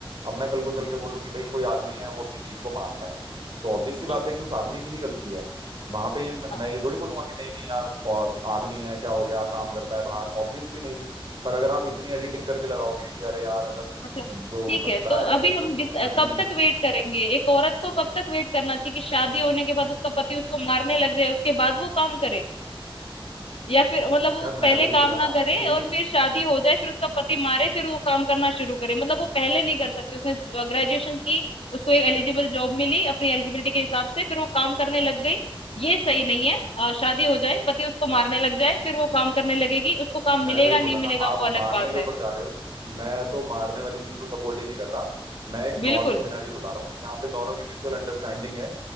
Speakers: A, on the right; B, on the left.
A: अब मैं कल को चल
B: हम्म
A: के बोलूं कि भाई कोई आदमी है वो अपनी बीवी को मारता है तो ऑब्वियस सी बात
B: हम्म,
A: है कि उस आदमी की ही गलती है वहां पे ये मैं
B: हाँ
A: ये थोड़ी बोलूंगा कि नहीं नहीं यार और आदमी है क्या हो गया काम करता है बाहर ऑब्वियसली नहीं पर अगर आप इतनी एडिटिंग करके लगाओगे कि अरे यार अगर
B: अच्छा
A: जो
B: ठीक
A: बंदा
B: है तो
A: है
B: अभी हम
A: या जो
B: डिस,
A: आदमी
B: कब
A: है
B: तक वेट करेंगे एक औरत को कब तक वेट करना चाहिए कि शादी होने के बाद उसका पति उसको मारने लग जाए उसके बाद वो काम करे या फिर मतलब वो
A: यार
B: पहले
A: मैंने वही
B: काम
A: बोला
B: ना
A: ना
B: करे
A: कि
B: और फिर शादी हो जाए फिर उसका पति मारे फिर वो काम करना शुरू करे मतलब वो पहले नहीं कर सकती उसने ग्रेजुएशन की उसको एक एलिजिबल जॉब मिली अपनी एलिजिबिलिटी के हिसाब से फिर वो काम करने लग गई ये सही नहीं है अ, शादी हो जाए पति उसको मारने लग जाए फिर वो काम करने लगेगी उसको काम
A: मैंने
B: मिलेगा
A: वही बोला
B: नहीं
A: ना
B: मिलेगा
A: आप
B: वो अलग
A: मारने
B: बात
A: के ऊपर
B: है
A: जा रहे हो मैं तो मारने वाली चीज को सपोर्ट ही नहीं कर रहा मैं एक नॉर्मल
B: बिल्कुल
A: सिनेरियो बता रहा हूँ कि जहाँ पे दोनों की म्यूचुअल अंडरस्टैंडिंग है